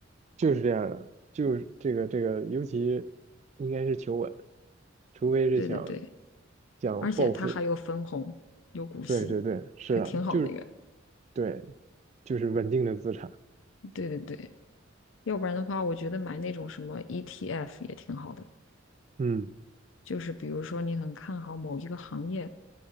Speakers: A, on the right; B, on the left.
A: 就是这样的，就是这个这个，尤其应该是求稳，除非是想
B: <laughs> 对对对，
A: 想暴富，
B: 而且它还有分红，有股息，
A: 对对对，是的，
B: 还挺好那个。
A: 就是对，就是稳定的资产，
B: 对对对。要不然的话，我觉得买那种什么 ETF 也挺好的，
A: 嗯，
B: 就是比如说你很看好某一个行业，